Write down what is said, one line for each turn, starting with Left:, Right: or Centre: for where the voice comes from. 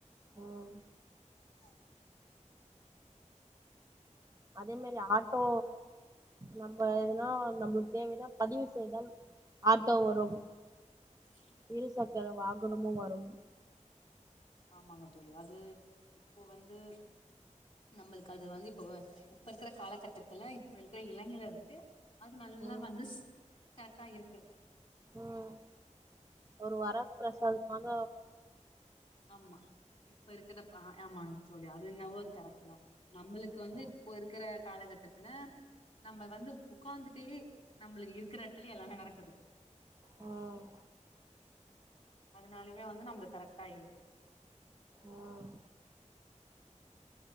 Right: ம்
Left: <inaudible>
Right: அதே மாரி ஆட்டோ நம்ம எதுனா நம்மளுக்கு தேவைனா பதிவு செய்தால் ஆட்டோ வரும்
Left: <inaudible>
Right: இரு சக்கர வாகனமு வரு
Left: ஆமாங்க தோழி அது இப்போ வந்து நம்பளுக்கு அது வந்து இப்போ இப்ப இருக்ற காலக்கட்டத்துல இப்ப இருக்ற இளஞர்களுக்கு அது நல்லா
Right: ம்
Left: வந்து <unintelligible> ட்டாட்ட இருக்கு
Right: ம் ஒரு வர பிரசாதமாக
Left: ஆமா இப்ப இருக்ற பா ஆமாங் தோழி அது என்னவோ அது கரெட்டு தா நம்பளுக்கு வந்து
Right: ம்
Left: இப்போ இருக்ற காலகட்டத்துல நம்ப வந்து உக்காந்துட்டே நம்பளுக்கு இருக்ற எடத்ல எல்லாமே நடக்குது
Right: ம்
Left: அதனாலேயுமே வந்து நம்பளுக்கு கரெக்டா இருக்கு
Right: ம்